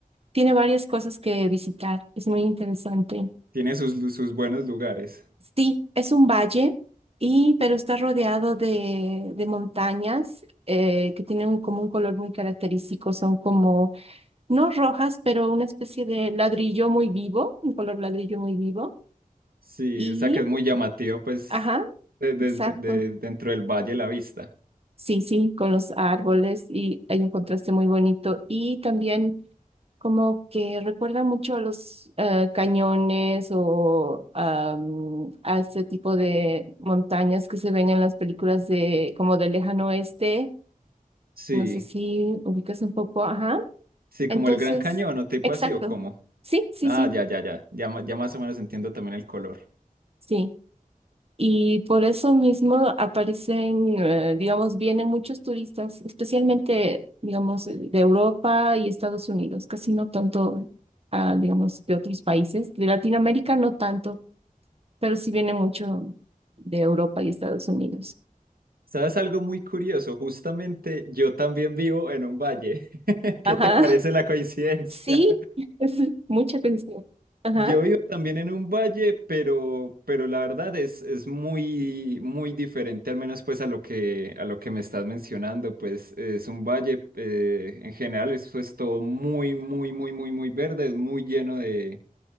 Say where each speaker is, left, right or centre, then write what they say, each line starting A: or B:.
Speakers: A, on the right (about 40°); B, on the right (about 80°).
A: tiene varias cosas que visitar. Es muy interesante.
B: Tiene sus, lu- sus buenos lugares.
A: Sí, es un valle, y, pero está rodeado de, de montañas eh, que tienen como un color muy característico, son como, no rojas, pero una especie de ladrillo muy vivo, un color ladrillo muy vivo.
B: Sí,
A: Y,
B: o sea que es muy llamativo, pues,
A: ajá,
B: de, de-
A: exacto.
B: de- de- dentro del valle la vista.
A: Sí, sí, con los árboles y hay un contraste muy bonito. Y también Como que recuerda mucho a los eh, cañones o am, a ese tipo de montañas que se ven en las películas de como del lejano oeste.
B: Sí,
A: No sé si ubicas un poco, ajá.
B: sí,
A: Entonces,
B: como el Gran Cañón o tipo
A: exacto.
B: así o como.
A: Sí, sí,
B: Ah,
A: sí,
B: ya, ya, ya, ya, ma- ya más o menos entiendo también el color.
A: sí. Y por eso mismo aparecen, eh, digamos, vienen muchos turistas, especialmente, digamos, de de Europa y Estados Unidos, casi no tanto, ah, digamos, de otros países. De Latinoamérica no tanto. pero sí viene mucho de Europa y Estados Unidos.
B: ¿Sabes algo muy curioso? Justamente yo también vivo en un valle. <laughs> ¿Qué
A: Ajá.
B: te parece la coincidencia?
A: Sí, <laughs> es mucha atención. Ajá.
B: Yo vivo también en un valle, pero, pero la verdad es, es muy, muy diferente, al menos pues a lo que, a lo que me estás mencionando, pues es un valle, eh, en general eso es todo muy, muy, muy, muy, muy verde, es muy lleno de,